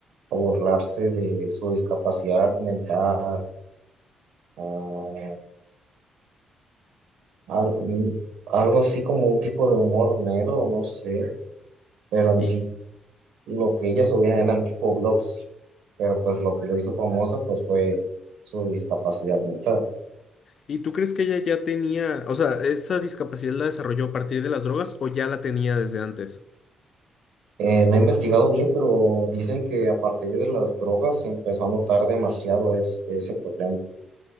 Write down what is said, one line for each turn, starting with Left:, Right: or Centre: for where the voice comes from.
Right: burlarse de su discapacidad mental, a- al- un- algo así como un tipo de humor negro, no sé, pero en
Left: ¿Y,
Right: sí lo que ellas subían eran tipo blogs, pero pues lo que lo hizo famosa pues fue su discapacidad mental.
Left: y tú crees que ella ya tenía, o sea, esa discapacidad la desarrolló a partir de las drogas o ya la tenía desde antes?
Right: Eh, no he investigado bien, pero dicen que a partir de las drogas se empezó a notar demasiado es- ese problema.